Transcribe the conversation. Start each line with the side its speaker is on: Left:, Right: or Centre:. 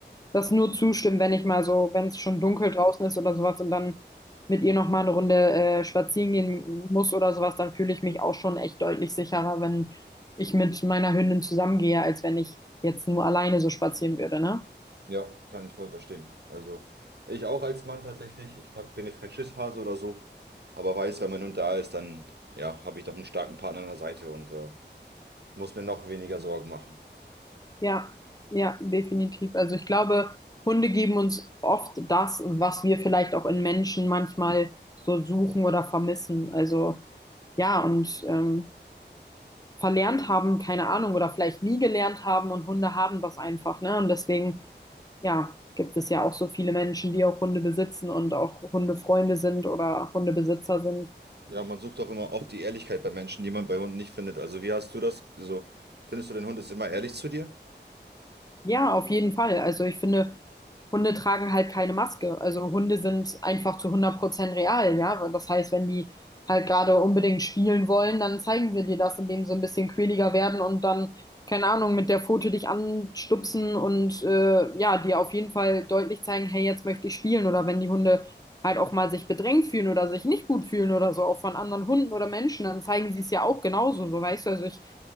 Left: das nur zustimmen, wenn ich mal so, wenn es schon dunkel draußen ist oder sowas und dann mit ihr noch mal eine Runde äh, spazieren gehen muss oder sowas, dann fühle ich mich auch schon echt deutlich sicherer, wenn ich mit meiner Hündin zusammengehe, als wenn ich jetzt nur alleine so spazieren würde, ne?
Right: Ja, kann ich voll verstehen. Also, ich auch als Mann tatsächlich. Ich hab- bin jetzt kein Schisshase oder so, aber weiß, wenn mein Hund da ist, dann ja, habe ich doch einen starken Partner an der Seite und äh, muss mir noch weniger Sorgen machen.
Left: Ja, ja, definitiv. Also ich glaube, Hunde geben uns oft das, was wir vielleicht auch in Menschen manchmal so suchen oder vermissen. Also ja, und ähm, verlernt haben, keine Ahnung, oder vielleicht nie gelernt haben und Hunde haben das einfach, ne? Und deswegen, ja, gibt es ja auch so viele Menschen, die auch Hunde besitzen und auch Hundefreunde sind oder Hundebesitzer sind.
Right: Ja, man sucht auch immer oft die Ehrlichkeit bei Menschen, die man bei Hunden nicht findet. Also, wie hast du das? So, findest du, dein Hund ist immer ehrlich zu dir?
Left: Ja, auf jeden Fall. Also ich finde, Hunde tragen halt keine Maske. Also Hunde sind einfach zu hundert Prozent real, ja. Und Das heißt, wenn die halt gerade unbedingt spielen wollen, dann zeigen wir dir das, indem sie ein bisschen quäliger werden und dann, keine Ahnung, mit der Pfote dich anstupsen und äh, ja, dir auf jeden Fall deutlich zeigen, hey, jetzt möchte ich spielen. Oder wenn die Hunde halt auch mal sich bedrängt fühlen oder sich nicht gut fühlen oder so, auch von anderen Hunden oder Menschen, dann zeigen sie es ja auch genauso, so weißt du. Also ich